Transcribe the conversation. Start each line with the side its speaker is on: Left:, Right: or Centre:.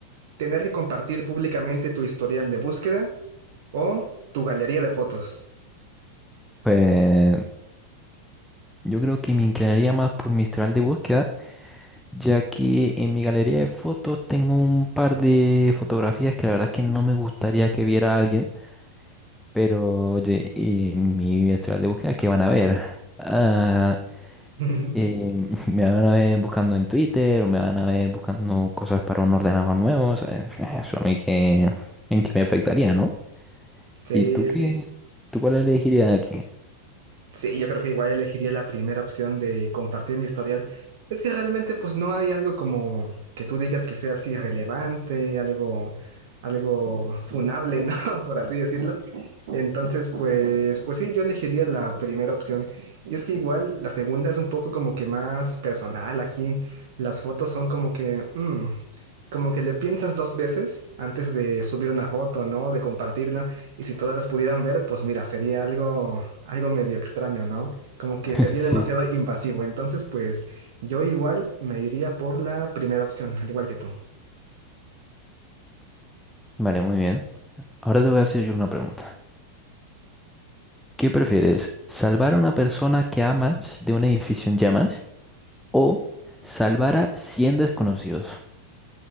Right: ¿Tener que compartir públicamente tu historial de búsqueda o tu galería de fotos?
Centre: pues yo creo que me inclinaría más por mi historial de búsqueda, ya que en mi galería de fotos tengo un par de fotografías que la verdad es que no me gustaría que viera alguien, pero oye, en mi historial de búsqueda, ¿qué van a ver? Ah,
Right: <laughs>
Centre: eh, <laughs> me van a ver buscando en Twitter o me van a ver buscando cosas para un ordenador nuevo, o sea, <laughs> eso a mí que, que me afectaría, ¿no?
Right: Sí,
Centre: ¿Y tú qué?
Right: sí,
Centre: ¿Tú cuál elegirías aquí?
Right: sí, yo creo que igual elegiría la primera opción de compartir mi historial. Es que realmente pues no hay algo como que tú digas que sea así relevante, algo, algo funable, <laughs> ¿no? Por así decirlo. Entonces, pues, pues sí, yo elegiría la primera opción. Y es que igual la segunda es un poco como que más personal. Aquí las fotos son como que, mm, como que le piensas dos veces antes de subir una foto, ¿no? De compartirla. Y si todas las pudieran ver, pues mira, sería algo, algo medio extraño, ¿no? Como que
Centre: <laughs>
Right: sería
Centre: Sí.
Right: demasiado invasivo. Entonces, pues yo igual me iría por la primera opción, al igual que tú.
Centre: Vale, muy bien. Ahora te voy a hacer yo una pregunta. ¿Qué prefieres? ¿Salvar a una persona que amas de un edificio en llamas o salvar a 100 desconocidos?